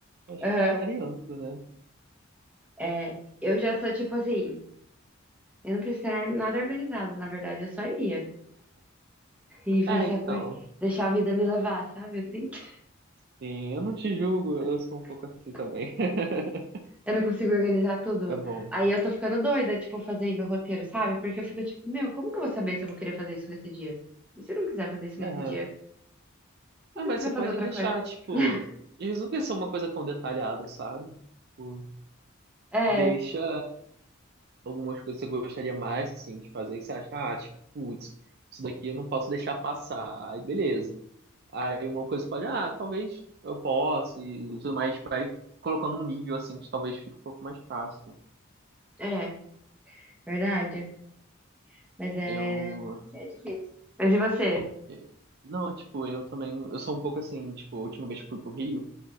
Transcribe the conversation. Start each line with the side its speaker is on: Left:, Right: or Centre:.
Right: Acho
Centre: Aham.
Right: que vai variando, né?
Centre: É. Eu já sou tipo assim, eu não preciso ter nada organizado, na verdade, eu só iria. E
Right: É,
Centre: ver se
Right: então.
Centre: a acor... deixar a vida me levar, sabe? Eu sinto.
Right: Sim, eu
Centre: <laughs>
Right: não te julgo, eu sou um pouco assim também. <laughs>
Centre: Eu não consigo organizar tudo.
Right: É bom.
Centre: Aí eu tô ficando doida, tipo, fazendo o roteiro, sabe? Porque eu fico tipo, meu, como que eu vou saber se eu vou querer fazer isso nesse dia? E se eu não quiser fazer isso
Right: É.
Centre: nesse dia?
Right: Ah,
Centre: E se
Right: mas
Centre: eu quiser
Right: você pode
Centre: fazer outra
Right: deixar,
Centre: coisa?
Right: tipo.
Centre: <laughs>
Right: Eles não precisa ser uma coisa tão detalhada, sabe? Tipo,
Centre: É,
Right: deixa. algumas coisas que você gostaria mais, assim, de fazer, que você acha, ah, tipo, putz, isso daqui eu não posso deixar passar. Aí, beleza. Aí uma coisa pode, ah, talvez eu possa e tudo mais, tipo, vai colocando um nível, assim, que talvez fique um pouco mais fácil.
Centre: é, verdade. Mas é.
Right: Eu...
Centre: não sei, é difícil. Mas e você?
Right: eh, Não, tipo, eu também, eu sou um pouco assim, tipo, a última vez que fui pro Rio,